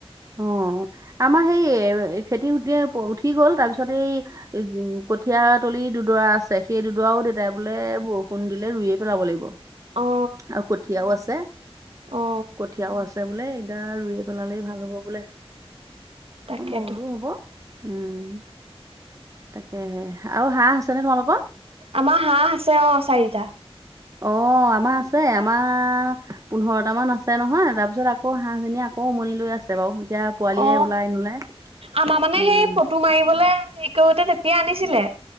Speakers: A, on the right; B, on the right.
A: অ আমাৰ সেই এ খেতি খতি উঠি গ'ল তাৰপিছত এই কঠিয়া তলি দুডৰা আছে সেই দুডৰাও দেউতাই বোলে বৰষুণ দিলে ৰুয়ে পেলাব লাগিব।
B: অ
A: আৰু কঠীয়াও আছে
B: অ
A: কঠীয়াও আছে বোলে। দেউতায়ে ৰুইে পেলালেই ভাল হ'ব বোলে
B: তাকেতো
A: অ মই বোলোঁ হ'ব। উম তাকেহে আৰু হাঁহ আছেনে তোমালোকৰ?
B: আমাৰ হাঁহ আছে অ চাৰিটা।
A: অ আমাৰ আছে আমাৰ পোন্ধৰটামান আছে নহয় তাৰপিছত আকৌ হাঁহজনি আকৌ উমনি লৈ আছে বাৰু এতিয়া পোৱালিয়ে
B: অ
A: ওলাই নোলাই
B: আমাৰ মানে
A: উম
B: সেই ফটো মাৰিবলৈ হেৰি কৰোতে তেতিয়া আনিছিলে